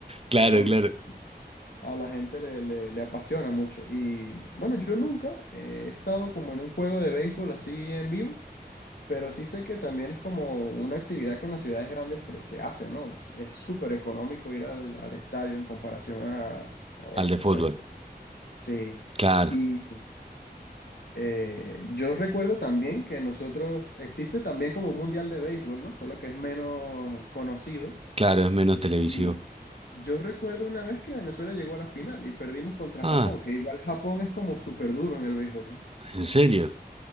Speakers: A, on the right (about 35°); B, on the left (about 70°).
A: Claro,
B: porque
A: claro.
B: a la gente le, le- le apasiona mucho. Y bueno, yo nunca eh, he estado como en un juego de béisbol así en vivo, pero sí sé que también es como una actividad que en las ciudades grandes se, se hace, ¿no? Es es súper económico ir al, al estadio en comparación a, a, bueno,
A: Al de
B: no
A: fútbol.
B: sé, sí.
A: Claro,
B: Y... Eh, yo recuerdo también que nosotros existe también como un mundial de béisbol, ¿no? Solo que es menos conocido.
A: claro, es menos televisivo.
B: Y yo recuerdo una vez que Venezuela llegó a la final y perdimos contra
A: Ah,
B: Japón, que igual Japón es como súper duro en el béisbol, ¿no?
A: ¿en serio?